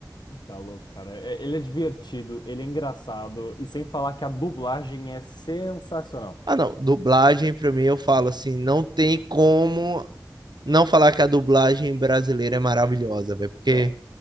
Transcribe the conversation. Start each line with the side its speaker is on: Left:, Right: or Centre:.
Left: Tá louco, cara. É- ele é divertido, ele é engraçado, e sem falar que a dublagem é sensacional.
Right: Ah, não, dublagem pra mim eu falo assim, não tem como não falar que a dublagem brasileira é maravilhosa, velho, porque
Left: É,